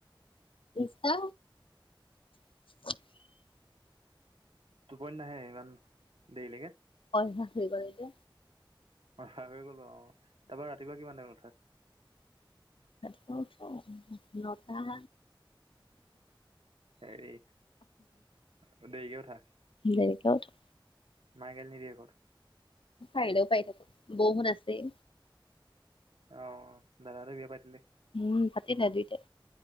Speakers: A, on the left; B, on the right.
A: ইনষ্টা। <inaudible>
B: টোপনি নাহে ইমান দেৰিলেকে?
A: অভ্যাস হয় গ'ল যে।
B: অভ্যাস হৈ গ'ল বাৰু অ',। তাৰপা ৰাতিপুৱা কিমান টাইমত উঠা?
A: ৰাতিপুৱা উঠো আৰু ন টা।
B: এই অকন দেৰি কে উঠা।
A: দেৰি কে উঠো।
B: মায়ে গালি নিদিয়ে ঘৰত?
A: পাৰিলেওঁ পাৰি থাকক বৌ হত আছেই।
B: অ', দাদা হতে বিয়া পাতিলে।
A: উম, পাতিলে দুইটাই।